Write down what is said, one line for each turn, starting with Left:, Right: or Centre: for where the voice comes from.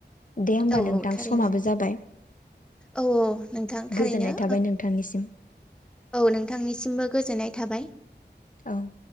Left: दे होमबा
Centre: औ
Left: नोंथां
Centre: औ थारैनो
Left: समाबो जाबाय
Centre: औ नोंथां थारैनो
Left: गोजोननाय थाबाय नोंथांनिसिम
Centre: औ नोंथांनिसिमबो गोजोननाय थाबाय
Left: औ